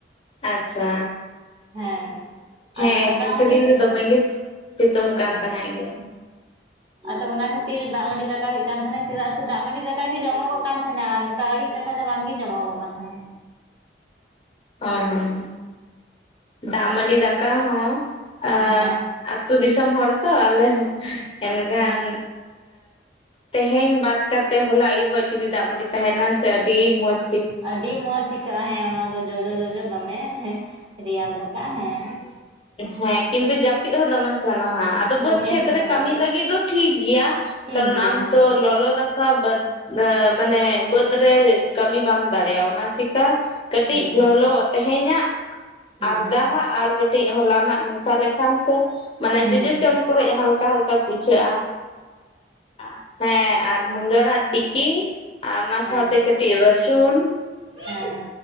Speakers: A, on the left; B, on the right.
A: ᱟᱪᱪᱷᱟ
B: ᱦᱮᱸ
A: ᱦᱮᱸ
B: ᱟᱫᱚ ᱫᱟᱜ
A: ᱠᱤᱪᱷᱩ
B: ᱢᱟᱹᱰᱤ
A: ᱫᱤᱱ ᱫᱚ
B: ᱦᱮᱸ
A: ᱫᱚᱢᱮ ᱜᱮ ᱥᱤᱛᱩᱝ
B: ᱦᱮᱸ
A: ᱠᱟᱱ ᱛᱟᱦᱮᱸᱜ ᱜᱮ᱾
B: ᱟᱫᱚ ᱚᱱᱟ ᱠᱷᱟᱹᱛᱤᱨ ᱫᱟᱜ ᱢᱟᱹᱰᱤ ᱫᱟᱠᱟ ᱦᱩᱭᱩᱜ ᱠᱟᱱ ᱛᱟᱦᱮᱱᱟ ᱪᱮᱫᱟᱜ ᱥᱮ ᱫᱟᱜ ᱢᱟᱹᱰᱤ ᱫᱟᱠᱟ ᱜᱮ ᱡᱚᱢᱚᱜᱚᱜ ᱠᱟᱱ ᱛᱟᱦᱮᱱᱟ ᱟᱲᱤᱡ ᱫᱟᱠᱟ ᱫᱚ ᱵᱟᱝᱜᱮ ᱡᱚᱢᱚ ᱜᱚᱜ ᱠᱟᱱ ᱛᱟᱦᱮᱱᱟ᱾
A: ᱦᱚᱸ ᱦᱚᱸ ᱫᱟᱜ ᱢᱟᱹᱰᱤ ᱫᱟᱠᱟ ᱦᱚᱸ ᱟ
B: ᱦᱮᱸ
A: ᱟᱹᱛᱩ ᱫᱤᱥᱚᱢ ᱦᱚᱲ ᱛᱚ ᱟᱞᱮ ᱦᱚᱸ ᱮᱱᱠᱷᱟᱱ
B: ᱦᱮᱸ
A: ᱛᱮᱦᱮᱧ ᱵᱟᱫ ᱠᱟᱛᱮᱜ ᱦᱚᱞᱟ ᱟᱹᱭᱩᱵᱼᱟᱜ ᱡᱩᱫᱤ ᱫᱟᱜ ᱢᱟᱹᱰᱤ ᱛᱟᱦᱮᱱᱟ ᱥᱮ ᱟᱹᱰᱤ ᱢᱚᱡᱽ
B: ᱟᱹᱰᱤ ᱢᱚᱸᱡᱽ ᱟᱹᱭᱠᱟᱹᱜᱼᱟ ᱦᱮᱸ ᱚᱱᱟ ᱫᱚ ᱡᱚᱡᱚ ᱡᱚᱡᱚ ᱫᱚᱢᱮ ᱦᱮᱸ ᱨᱮᱭᱟᱲ ᱫᱟᱠᱟᱜ ᱦᱮᱸ
A: ᱦᱮᱸ ᱠᱤᱱᱛᱩ ᱡᱟᱹᱯᱤᱜ ᱦᱚᱸ ᱫᱚᱢᱮ ᱥᱟᱱᱟ ᱦᱟᱸᱜ ᱟᱫᱚ
B: ᱫᱚᱢᱮ
A: ᱵᱟᱹᱫᱽ ᱠᱷᱮᱛ
B: ᱥᱟᱱᱟᱣᱟ
A: ᱨᱮ ᱠᱟᱹᱢᱤ ᱞᱟᱹᱜᱤᱜ ᱫᱚ ᱴᱷᱤᱠ ᱜᱮᱭᱟ
B: ᱴᱷᱤᱠ
A: ᱠᱟᱨᱚᱱ
B: ᱜᱮᱭᱟ
A: ᱟᱢ
B: ᱦᱮᱸ
A: ᱛᱚ ᱞᱚᱞᱚ ᱫᱟᱠᱟ ᱵᱟᱹᱫᱽ ᱛᱟᱹ ᱢᱟᱱᱮ ᱵᱟᱹᱫᱽ ᱨᱮ ᱠᱟᱹᱢᱤ ᱵᱟᱢ ᱫᱟᱲᱮᱭᱟᱜᱼᱟ ᱚᱱᱟ ᱪᱤᱠᱟ ᱠᱟᱹᱴᱤᱡ
B: ᱦᱩᱸ
A: ᱞᱚᱞᱚ ᱛᱮᱦᱮᱧᱟᱜ
B: ᱦᱩᱸ
A: ᱟᱨ ᱫᱟᱜ ᱟᱨ ᱠᱟᱹᱴᱤᱡ ᱠᱟᱹᱴᱤᱡ ᱦᱚᱞᱟ ᱱᱟᱜ ᱢᱮᱥᱟ ᱞᱮᱠᱷᱟᱱ ᱥᱮ ᱢᱟᱱᱮ
B: ᱦᱩᱸ
A: ᱡᱚᱡᱚ ᱪᱚᱢ ᱠᱚᱨᱮᱜ ᱦᱟᱞᱠᱟ ᱦᱟᱞᱠᱟ ᱵᱩᱡᱷᱟᱹᱜᱼᱟ ᱦᱮᱸ ᱟᱨ ᱢᱩᱱᱜᱟᱹ ᱟᱲᱟᱜ ᱛᱤᱠᱤ ᱟᱨ ᱚᱱᱟ
B: ᱦᱮᱸ
A: ᱥᱟᱶᱛᱮ ᱠᱟᱹᱴᱤᱡ ᱨᱟᱹᱥᱩᱱ
B: ᱦᱮᱸ